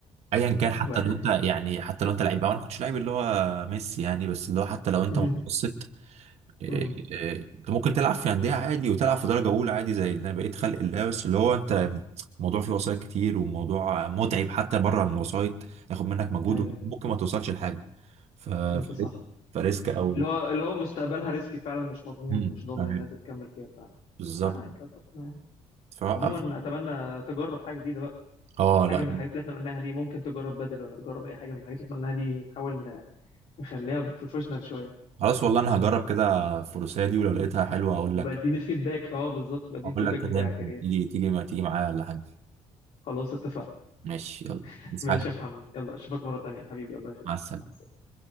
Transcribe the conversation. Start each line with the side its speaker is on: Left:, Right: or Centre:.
Right: ايا كان
Left: الواحد
Right: حتى لو انت يعني حتى لو انت لعيب بقى، انا ما كنتش لعيب اللي هو ميسي يعني بس اللي هو حتى
Left: <laughs>
Right: لو انت
Left: امم
Right: متوسط إيه،
Left: أمم.
Right: انت ممكن تلعب في انديه عادي وتلعب في درجه اولى عادي زي اللي انا بقيت خلق الله بس اللي هو انت الموضوع فيه وسايط كتير وموضوع متعب حتى بره من الوسايط ياخد منك مجهود
Left: ايوه
Right: وممكن ما توصلش لحاجه ف فريسك
Left: انت صح
Right: فريسك قوي
Left: اللي هو اللي هو مستقبلها ريسكي فعلا مش مضمون
Right: مم.
Left: مش ضامن
Right: فاهم.
Left: انها تتكمل فيها فعلا
Right: بالظبط
Left: معاك اتفق معاك
Right: فوقف
Left: عموما اتمنى تجرب حاجه جديده بقى
Right: اه لا
Left: حاجه من الحاجات اللي احنا قلناها دي ممكن تجرب بدل ولا تجرب اي حاجه من الحاجات اللي احنا قلناها دي نحاول ن- نخليها بروفيشنال شويه
Right: خلاص والله انا هجرب كده الفروسيه دي ولو لقيتها حلوه اقول
Left: وبديني
Right: لك
Left: الفيدباك اه بالظبط بديني
Right: اقول
Left: الفيدباك
Right: لك
Left: بتاعك
Right: كده يمكن
Left: يا ريت
Right: تيجي تيجي ما تيجي معايا ولا حاجه
Left: خلاص اتفقنا
Right: ماشي يلا
Left: <laughs>
Right: بس
Left: ماشي
Right: حاجه
Left: يا محمد يلا اشوفك مره تانيه حبيبي الله يخليك
Right: مع السلامه
Left: مع السلامة.